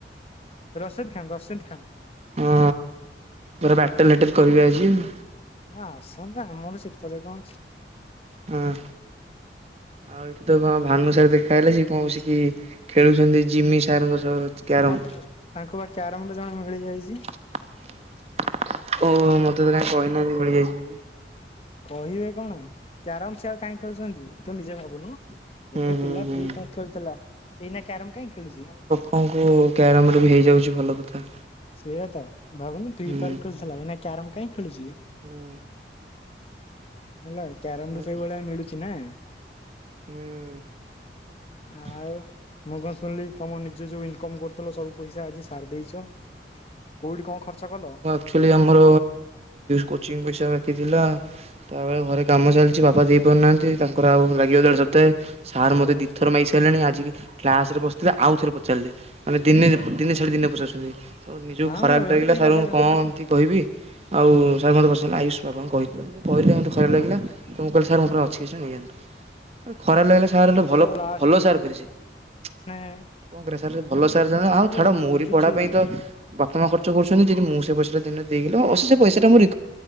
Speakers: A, on the left (about 35°); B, on the right (about 35°).
A: ରସିଦ ଖାନ୍ ରସିନ୍ଦ୍ ଖାନ୍।
B: ହଁ ପୁରା ବ୍ୟାଟେଲ୍ ଫ୍ୟାଟେଲ୍ କରିବେ ଆଜି ଆଉ।
A: ଆସନ୍ତୁ ଆମର ସିତେରେ କଣ ଅଛି।
B: ହଁ। ଆଉ ଏଠି ତ କଣ ଭାନୁ ସାର୍ ଦେଖା ହେଲେ, ସିଏ କଣ ବସିକି ଖେଳୁଛନ୍ତି ଜିମି ସାର୍ ଙ୍କ ସହ। କ୍ୟାରମ
A: ହଁ ତାଙ୍କୁ ବା କ୍ୟାରମ୍ ର ଜଣେ ମିଳିଯାଇଚି।
B: ଓ ମତେ ତ କାଇଁ କହିନାହାନ୍ତି ମିଳିଯାଇଚି।
A: କହିବେ କଣ କ୍ୟାରମ୍ ସିଏ ଆଉ କାହିଁ ଖେଳୁଚନ୍ତି, ତୁ ନିଜେ ଭାବୁନୁ। ଗୋଟେ
B: ହୁଁ ହୁଁ
A: ପିଲା
B: ହୁଁ
A: ଫ୍ରି ଫାୟାର୍ ଖେଳୁଥିଲା, ଏଇନା କ୍ୟାରମ୍ କାଇଁ ଖେଳୁଚି।
B: <unintelligible> କ୍ୟାରମ୍ ରେ ବି ହେଇଯାଉଛି ଭଲ କଥା।
A: ସେଇଆ ତ ଭାବୁନୁ ଫ୍ରି
B: ହୁଁ
A: ଫାୟାର୍ ଖେଳୁଥିଲା, ଏଇନା କ୍ୟାରମ୍ କାହିଁ ଖେଳୁଚି।
B: ହୁଁ
A: ହେଲା କ୍ୟାରମ୍
B: ହୁଁ
A: ରୁ ସେଇଭଳିଆ ମିଳୁଚି ନା।
B: ହୁଁ। <inaudible>
A: ଆଉ ମୁଁ କଣ ଶୁଣିଲି ତମ ନିଜେ ଯୋଉ ଇନକମ୍ କରୁଥିଲ ସବୁ ପଇସା ଆଜି ସାରି ଦେଇଚ। କେଉଠି କଣ ଖର୍ଚ୍ଚ କଲ?
B: ଆକ୍ଚୁଲି ଆମର କୋଚିଙ୍ଗ ପଇସା ବାକି ଥିଲା। ତାପରେ ଘରେ କାମ ଚାଲିଚି ବାପା ଦେଇ ପାରୁନାହାନ୍ତି। ତାଙ୍କର ଆଉ ଲାଗିଗଲା ଗୋଟେ ସପ୍ତାହେ ସାର୍ ମତେ
A: ଓହୋ
B: ଦି ଥର ମାଗିସାଇଲେଣି ଆଜିକି କ୍ଲାସରେ ବସିଥିଲେ ଆଉ ଥେରେ ପଚାରିଲେ ମାନେ ଦିନେ ପ୍ ଦିନେ ଛାଡି ଦିନେ ପଚାରୁଛନ୍ତି ତ ନିଜକୁ
A: ନା
B: ଖରାପ
A: ମ ଏମିତି
B: ଲାଗିଲା ସାରଙ୍କୁ
A: କଥା କେମିତି
B: କଁ ଏମତି କହିବି। ଆଉ ସାର୍ ମତେ ପଚାରିଲେ ଆୟୁଷ୍ ବାବାଙ୍କୁ କହିଥିଲ ଇନ୍ତି ଯୋଉ କହିଲେ ମତେ ଖରାପ
A: ଓହୋ।
B: ଲାଗିଲା। ତ ମୁଁ କହିଲି ସାର୍ ମୋ ପାଖରେ ଅଛି କିଛିଟା ନେଇଯାଆନ୍ତୁ ଖରାପ ଲାଗିଲା ସାର୍ ଗୋଟେ ଭଲ
A: ଲାଷ୍ଟକୁ
B: ଭଲ ସାର୍ ଫେରେ ସିଏ।
A: ମାନେ
B: କଁ କରିଆ ସାର୍ ଯୋଉ ଭଲ ସାର୍ ଜଣେ ଆଉ
A: ହଁ ଯେ
B: ଛାଡ
A: ମୁଁ
B: ମୋରି
A: ବୁଝୁଛି
B: ପଢା ପାଇଁ ତ ବାପ ମା ଖର୍ ଚ କରୁଛନ୍ତି ଯେଦି ମୁଁ ସେ ପଇସାଟା ଦିନେ ଦେଇଗେଲେ ଅସୁ ସେ ପଇସାଟା ମୁଁ ରି